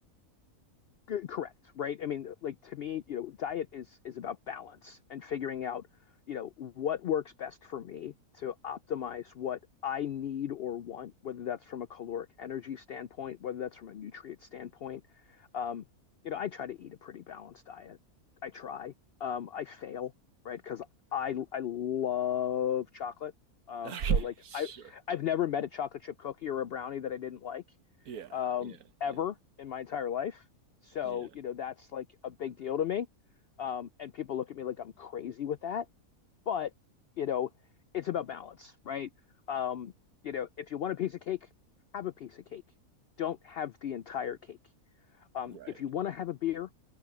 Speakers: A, on the left; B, on the right.
A: Correct, right? I mean, like to me, you know, diet is is about balance and figuring out, you know, what works best for me to optimize what I need or want, whether that's from a caloric energy standpoint, whether that's from a nutrient standpoint. Um, you know, I try to eat a pretty balanced diet. I try. Um, I fail, right? Because I I love chocolate. Um,
B: Okay.
A: so like
B: Sure.
A: I I've never met a chocolate chip cookie or a brownie that I didn't like
B: Yeah.
A: um,
B: Yeah.
A: ever
B: Yeah.
A: in my entire life. So,
B: Yeah.
A: you know, that's like a big deal to me. Um, and people look at me like I'm crazy with that. But, you know, it's about balance, right? Um, you know, if you want a piece of cake, have a piece of cake. Don't have the entire cake. Um,
B: Right.
A: if you want to have a beer,